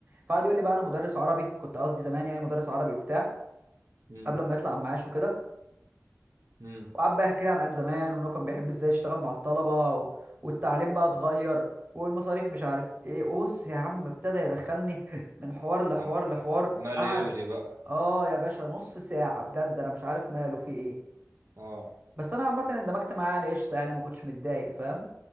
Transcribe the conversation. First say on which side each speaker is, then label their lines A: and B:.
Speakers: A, on the right; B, on the right.
A: فقعد يقول لي بقى انا مدرس عربي كنت قصدي زمان يعني مدرس عربي وبتاع
B: امم
A: قبل ما يطلع على معاش وكده
B: امم
A: وقعد بقى يحكي لي عن ايام زمان وانه كان بيحب ازاي يشتغل مع الطلبه و... والتعليم بقى اتغير والمصاريف مش عارف ايه وبص يا عم ابتدى يدخلني <laughs> من حوار لحوار
B: عم-
A: لحوار
B: مال
A: قعد
B: يرغي بقى
A: اه يا باشا نص ساعه بجد انا مش عارف ماله في ايه
B: اه
A: بس انا عامه اندمجت معاه يعني قشطه يعني ما كنتش متضايق فاهم